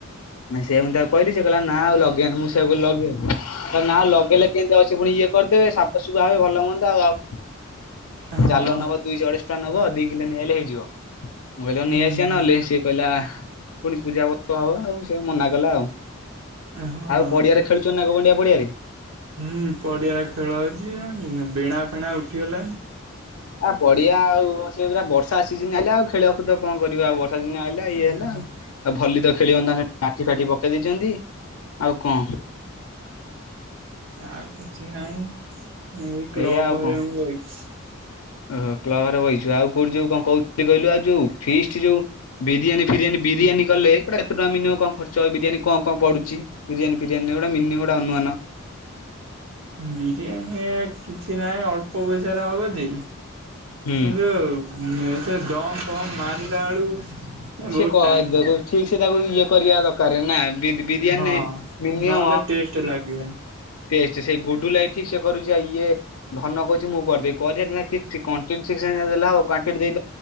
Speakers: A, on the left; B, on the right.
A: ସେ ମୁଁ ତାକୁ କହିଲି ସେ କହିଲା ନା ଆଉ ଲଗେଇଆନ ମୁଁ ସେ ଲଗେଇଆବ ତାଲେ <unintelligible> ନା ଲଗେଇଲେ କେମିତି ଅଉଛି ପୁଣି ଇଏ କରିଦେବେ ସାଫସୁଫା ହାବେ ଭଲ ମନ୍ଦ ଆଉ ଆଉ
B: ହଁ
A: ଜାଲ ନେବ ଦୁଇଶହ ଅଢେଇଶ ଟଙ୍କା ନେବ ଦିକିଲୋ ନେଇଆହେଲେ ହେଇଯିବ, ମୁଁ କହିଲି
B: ହୁଁ
A: ନେଇ ଆସିବା ନହଲେ ସିଏ କହିଲା ପୁଣି ପୂଜା ପର୍ବ ହବ ଆଉ ସେ ମନା କଲା ଆଉ,
B: ହଁ
A: ଆଉ ପଡିଆରେ ଖେଳୁଛ ନା ଗବଣ୍ଡିଆ। ପଡିଆରେ
B: ହୁଁ ପଡିଆର ଖେଳ ଅଉଛି ବେଣା ଫେଣା ଉଠିଗଲ। ଣି।
A: ଆ ପଡିଆ ଆଉ, ସେ ପୁରା ବର୍ଷା ସିଜନ ହେଲେ ଆଉ ଖେଳକୁଦ କଣ କରିବ, ଆଉ ବର୍ଷା ଦ <unintelligible> ହେଲା ଇଏ
B: ହୁଁ
A: ହେଲା ଆଉ ଭଲି ତ ଖେଳିବନ୍ତା ମାଟି ଫାଠି ପକେଇ ଦେଇଛନ୍ତି। ଆଉ ଙ୍କ
B: ଆ କିଛି ନାଇ ଏ କ୍ଲବ
A: ଏଇଆ ଆଉ
B: ଘରିକାରେ
A: କଣ।
B: ବଇଚି।
A: ଓହୋ କ୍ଲବ ରେ ବହିଛୁ ଆଉ କୋଉଠି ଯୋଉ କଣ କହୁଛି କହିଲୁ ଆଉ ଯୋଉ ଫିଷ୍ଟ ଯୋଉ ବିରିୟାନୀ ଫିରିୟାନୀ ବିରିୟାନୀ କଲେ ଗୋଟେ କେତେ ଟଙ୍କା ମିନିମମ୍ କଣ ଖର୍ଚ୍ଚ ବିୟାନୀ କଣ କଣ ପଡୁଛି ବିରିୟାନୀ ଫିରିୟାନୀ ଗୋଟେ ମିନିମମ ଗୋଟେ ଅନୁମାନ।
B: ବିରିୟାନୀ କିଛି ନାହିଁ ଅଳ୍ପ ପଇସା ହବ ଯେ
A: ହୁଁ।
B: କିନ୍ତୁ ଏ ସେ ଦମ ଫମ ମାରିଲା ବେଳକୁ ବହୁତ
A: ସେ କହଦ
B: ଟାଇମ ନବ
A: ଠିକ ସେ ତାକୁ ଇଏ କରିବା ଦରକାର ନା ବି ବିରିୟାନୀ
B: ହଁ।
A: ମିନିୟମ
B: ନହେଲେ ଟେଷ୍ଟ ଲାଗିବନି
A: ସିଏ ସେଇ ଗୁଡ଼ୁ ଲାଇଫିକ ସେ ଠିକ କରୁଚି ଆଉ ଇଏ ଧନ କହୁଛି ମୁଁ କରିଦବି କରିବାରେ କିଛି କଣ୍ଟେଣ୍ଟ ଠିକ ସେ ସିନା ଯା ଦେଲେ ହବ କ୍ୱାଣ୍ଟିଟି ଦେଇ